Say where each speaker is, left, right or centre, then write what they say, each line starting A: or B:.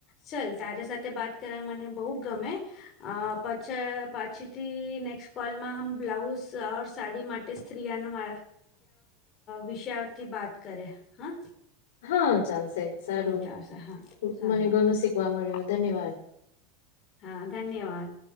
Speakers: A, on the left; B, on the left.
A: ચલ તારી સાથે વાત કર મને બહ ગમે અ પછ પછીથી નેક્સ્ટ કોલમાં હમ બ્લાઉઝ સાડી માટે સ્તત્રિયાનું વિષયાથી બાત કરે હા.
B: હા ચાલ સાહેબ સારું
A: હા ચાલ હા સારું
B: મને ઘણું શીખવા મળ્યું ધન્યવાદ.
A: હા ધન્યવાદ